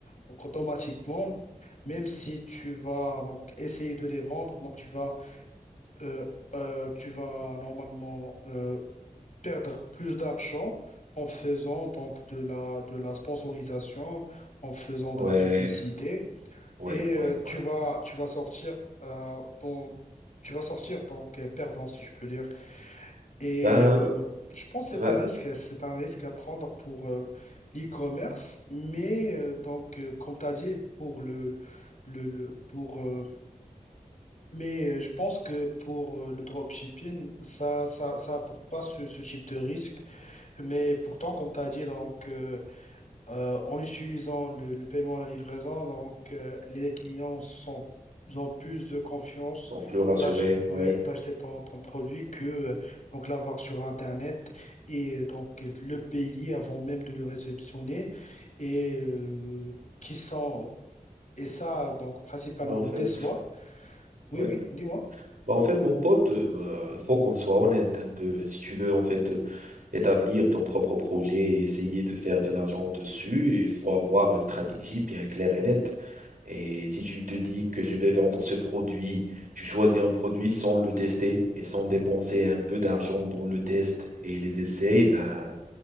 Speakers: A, on the left (about 60°); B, on the right (about 75°).
A: Donc, automatiquement, même si tu vas donc essayer de les vendre, donc tu vas, euh, euh, tu vas normalement euh, perdre plus d'argent en faisant donc de la, de la sponsorisation, en faisant
B: Ouais,
A: de la publicité
B: ouais,
A: et
B: ouais,
A: euh, tu
B: ouais.
A: vas, tu vas sortir euh, dans- tu vas sortir donc euh, perdant si je peux dire. Et
B: Ben,
A: euh, je pense que
B: ben,
A: c'est un risque, c'est un risque à prendre pour euh, l'e-commerce, mais euh, donc euh, comme tu as dit pour le Le, le- pour, euh, mais euh, je pense que pour euh, le dropshipping, ça, ça, ça apporte pas ce, ce type de risque. Mais pourtant, comme tu as dit, donc, euh, euh, en utilisant le, le paiement à la livraison, donc, euh, les clients sont, ont plus de confiance
B: sont plus rassurés,
A: d'ach- oui,
B: ouais.
A: d'acheter ton, ton produit que euh, donc, l'avoir sur Internet et euh, donc le payer avant même de le réceptionner. Et, euh, qui sont, et ça, donc, principalement
B: Ben, en fait,
A: des soins. Oui,
B: ouais.
A: oui, dis-moi.
B: Ben, en fait, mon pote, euh, bah, il faut qu'on soit honnête un peu. Si tu veux, en fait, euh, établir ton propre projet et essayer de faire de l'argent dessus, il faut avoir une stratégie bien claire et nette. Et si tu te dis que je vais vendre ce produit, tu choisis un produit sans le tester et sans dépenser un peu d'argent dans le test et les essais, ben,